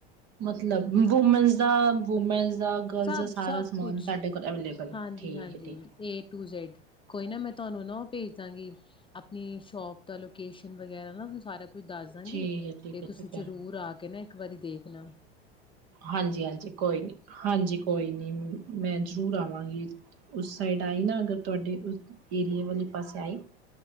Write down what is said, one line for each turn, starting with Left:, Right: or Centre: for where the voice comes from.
Right: ਮਤਲਬ ਵੂਮਨਸ ਦਾ ਵੂਮੈਸ ਦਾ ਗਰਲਜ਼
Left: ਸਭ
Right: ਦਾ ਸਾਰਾ
Left: ਸਭ
Right: ਸਮਾਨ
Left: ਕੁਛ
Right: ਤੁਹਾਡੇ ਕੋਲ ਅਵਲੇਬਲ ਹੈ
Left: ਹਾਂਜੀ-ਹਾਂਜੀ
Right: ਠੀਕ ਹੈ ਠੀਕ
Left: ਏ ਟੂ ਜ਼ੈਡ ਕੋਈ ਨਾ ਮੈਂ ਤੁਹਾਨੂੰ ਨਾ ਉਹ ਭੇਜ ਦਾਂਗੀ ਆਪਣੀ ਸ਼ੋਪ ਦਾ ਲੋਕੇਸ਼ਨ ਵਗੈਰਾ ਨਾ ਤੁੂੰ ਸਾਰਾ ਕੁਝ ਦੱਸ ਦਾਂਗੀ
Right: ਠੀਕ ਹੈ
Left: ਤੇ
Right: ਠੀਕ ਹੈ
Left: ਤੁਸੀਂ
Right: ਠੀਕ
Left: ਜ਼ਰੂਰ
Right: ਹੈ
Left: ਆ ਕੇ ਨਾ ਇੱਕ ਵਾਰੀ ਦੇਖ ਨਾ
Right: ਹਾਂਜੀ ਹਾਂਜੀ ਕੋਈ ਨੀ ਹਾਂਜੀ ਕੋਈ ਨੀ ਮੈਂ ਜ਼ਰੂਰ ਆਵ ਹਾਂਜੀ ਉਸ ਸਾਈਡ ਆਈ ਨਾ ਅਗਰ ਤੁਹਾਡੇ ਉਸ ਏਰੀਏ ਵਾਲੇ ਪਾਸੇ ਆਈ